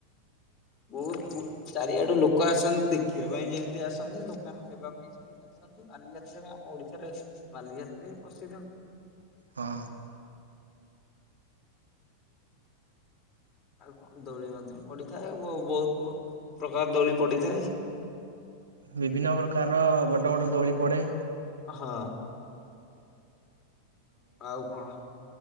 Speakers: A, on the left (about 20°); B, on the right (about 70°).
A: ବହୁତ ବ ଚାରିଆଡୁ ଲୋକ ଆସନ୍ତି ଦେଖିବା ପାଇଁ ଯେମିତି ଆସନ୍ତି ଦୋକାନ ଦେବା ପାଇଁ ସେ ଆସନ୍ତି ବାଲିଯାତ୍ରା ଆମ ଓଡିଶାରେ ବାଲିଯାତ୍ରା ହିଁ ପ୍ରସିଦ୍ଧ।
B: ହଁ ହଁ।
A: ଆଉ କଣ ଦୋଳି ମଧ୍ୟ ପଡିଥାଏ ବହୁତ ପ୍ରକାର ଦୋଳି ପଡିଥାଏ।
B: ବିଭିନ୍ନ ପ୍ରକାରର ବଡ଼ ବଡ଼ ଦୋଳି ପଡ଼େ।
A: ହଁ। ଆଉ କଣ?